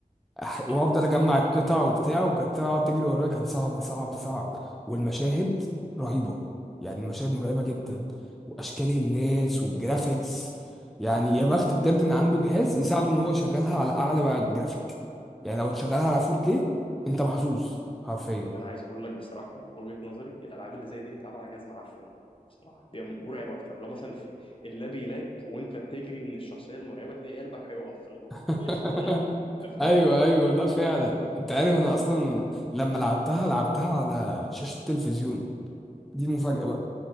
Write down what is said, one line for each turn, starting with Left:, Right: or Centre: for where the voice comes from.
Centre: أح- وافضل
Left: امم
Centre: اجمع القطع وبتاع وكانت تقعد تجري ورايا كان صعب صعب صعب والمشاهد رهيبه يعني المشاهد مرعبه جدا واشكال الناس والجرافيكس يعني يا بخت بجد ان عنده جهاز يساعده ان هو يشغلها على اعلى جرافيك يعني لو تشغلها على 4K انت محظوظ حرفيا
Left: انا عايز اقول لك بصراحه من وجهه نظري الالعاب اللي زي دي اللي اتلعب على جهاز معفن بصراحه دي مرعب اكتر لو مثلا في اللاب يلاج وانت بتجري من الشخصيه المرعبه تلاقي قلبك هيقف في الغور
Centre: <laughs>
Left: اشتغل انت فاهم
Centre: ايوه ايوه لا فعلا انت عارف
Left: <laughs>
Centre: انا
Left: انت
Centre: اصلا
Left: فاهم
Centre: لما لعبتها لعبتها على شاشه التلفزيون دي المفاجاه بقى